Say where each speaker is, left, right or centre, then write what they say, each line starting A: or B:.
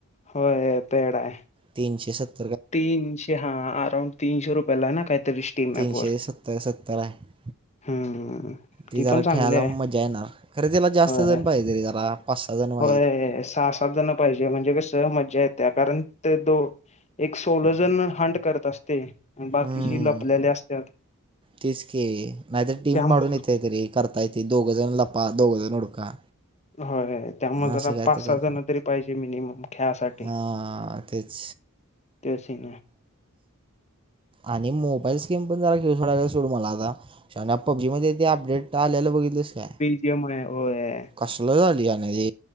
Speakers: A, on the left; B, on the right.
A: होय य पेड आयं.
B: तीनशे सत्त
A: तीनशे हा अराऊंड तीनशे रुपयाला हाय ना कायतरी स्टीमअँप
B: तीनशे
A: वर
B: सत्तर सत्तर आहे
A: हूं हम्म
B: ती जरा
A: पण चांगली
B: खेळायला
A: आहे
B: मजा येणार. खरे त्याला जास्त
A: होय.
B: जण पाहिजे रे जरा पाच सहा जण पाहिजेत
A: होय. सहा सात जण पाहिजे म्हणजे कस मज्जा येत्या कारण ते दो एक सोलोजण हंट करत असते. बाकीची
B: हम्म
A: लपलेले असतात
B: तेच की नायतर टीम
A: त्यामु
B: पाडून येत्यात रे करता येते, दोघंजण लपा दोघंजण उडका
A: हो काय. त्यामुळ जरा
B: असं काय
A: पाच
B: तर कर
A: सहा जण तरी पाहिजे मिनिमम खेळासाठी
B: हां तेच
A: त्या सीन आहे
B: आणि मोबाईल स्कीम पण जरा खेळ सोडायचा सोड मला आता शहाण्या पब्जीमध्ये ते अपडेट आल्याल बघितलस काय
A: ते मग होय.
B: कसलं झाली यान ते